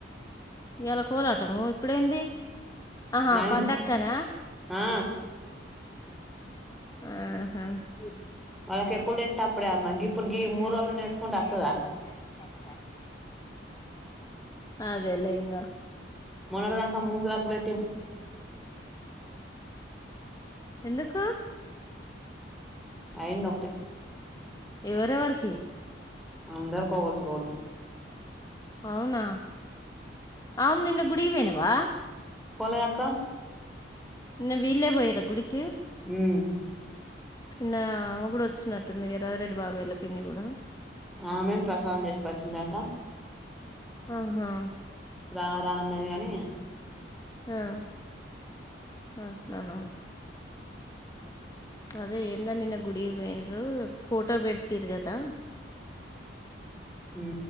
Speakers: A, on the left; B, in the centre.
A: ఎల కోలాటము ఇప్పుడేంది ఆహా
B: నయం
A: పండక్కనా
B: ఆ
A: ఆహా అప్పుా
B: వాళ్ళకి ఎప్పుడు తెత్తే అప్పుడే అమ్మ గిప్పుడు గీ
A: అప్పుడ
B: మూడు రోజులు
A: మ
B: నేర్చుకుంటే
A: ఇప్పుడురళ
B: వత్తదా
A: నస్కుంట అతుదా అదేలే ఇంగ
B: మొన్నటిదంకా ముసులట పె
A: ఎందుకు
B: అయింద ఒకటే
A: ఎవరెవరికి
B: అఅందర్ కోగలు కోలు
A: అవునా అవునిన్న గుడికిపోయినవా
B: పోలగాక
A: న్న వీళ్ళే పోయిరా గుడికి
B: ఉమ్
A: నిన్న అమె గూడా వచ్చినట్టుంది ఎరవిరెడ్డి బాబయళ పిన్ని కూడా
B: ఆమె ప్రసాదం జేసుకొచ్చిందట
A: ఆహా
B: రా రా అన్నది గాని
A: ఆ అట్లన అదే ఏంద నిన్న గుడికి బోయిన్రు ఫోటో పెట్టిర్గదా
B: ఊ